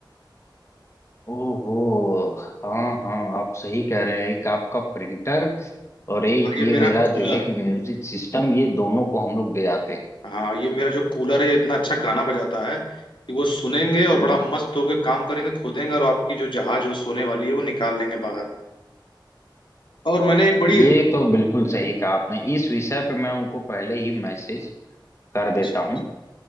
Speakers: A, on the left; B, on the left.
A: ओहो हाँ हाँ आप सही कह रहे हैं एक आपका प्रिंटर और एक
B: और ये
A: ये
B: मेरा
A: मेरा
B: कूलर
A: जो है कि म्यूजिक सिस्टम ये दोनों को हम लोग दे जाते हैं
B: हाँ ये मेरा जो कूलर है ये इतना अच्छा गाना बजाता है कि वो सुनेंगे और
A: हम्म,
B: बड़ा मस्त होकर काम करेंगे खोदेंगे और आपकी जो जहाज वो सोने वाली है वो निकाल लेंगे बाहर और मैंने एक बड़ी
A: ये तो बिल्कुल सही कहा आपने इस विषय पे मैं उनको पहले ही मैसेज कर
B: अच्छा
A: देता हूँ